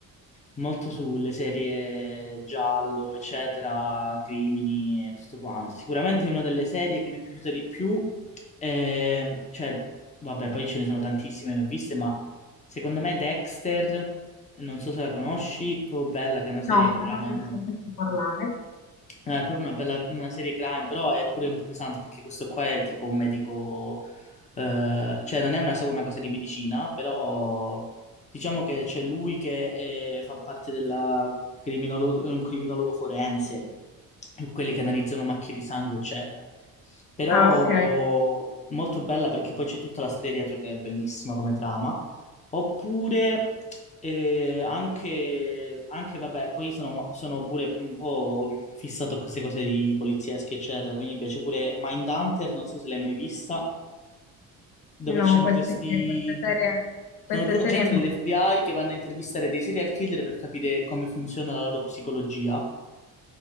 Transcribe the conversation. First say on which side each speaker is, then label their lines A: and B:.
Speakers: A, on the left; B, on the left.
A: molto sulle serie giallo, eccetera, crimini e tutto quanto. Sicuramente una delle serie che mi è piaciuta di più, ehm, cioè, vabbè, poi ce ne sono tantissime, ne ho viste, ma secondo me Dexter, non so se la conosci, proprio bella, che è una serie
B: No,
A: crime.
B: però non ho sentito parlare.
A: No, è proprio una bella una serie crime, però è pure un po' pesante perché questo qua è tipo un medico, eh, cioè non è una, solo una cosa di medicina, però diciamo che c'è lui che eh, fa parte della criminologo, è un criminologo forense, quelli che analizzano macchie di sangue, eccetera. Però
B: Ah, ok.
A: molto bella perché poi c'è tutta la storia dietro che è bellissima come trama. Oppure eh, anche, anche, vabbè, poi sono, sono pure un po' fissato a queste cose di poliziesche, eccetera, quindi mi piace pure Mindhunter, non so se l'hai mai vista, dove
B: No,
A: ci sono
B: queste,
A: questi...
B: queste serie,
A: Sono
B: queste
A: due
B: serie
A: agenti
B: no.
A: dell'FBI che vanno a intervistare dei serial killer per capire come funziona la loro psicologia,